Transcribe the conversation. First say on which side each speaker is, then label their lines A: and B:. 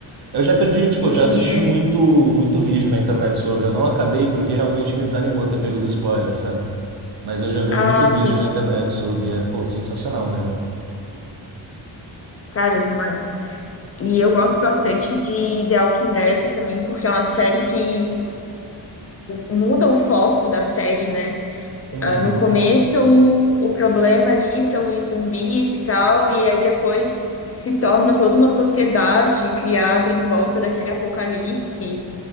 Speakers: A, on the right (about 60°); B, on the left (about 35°).
A: eu já perdi, tipo,
B: de
A: já
B: dinheiro.
A: assisti muito, muito vídeo na internet sobre. Eu não acabei porque realmente me desanimou ter pego os spoilers, sabe? Mas eu já vi
B: Ah,
A: muito vídeo
B: sim,
A: na internet sobre. É, pô, sensacional mesmo.
B: cara, é demais. E eu gosto bastante de The Walking Dead também, porque é uma série que muda o foco da série, né?
A: Uhum.
B: Ah, No começo, o problema ali são os zumbis e tal, e aí depois se torna toda uma sociedade criada em volta daquele apocalipse.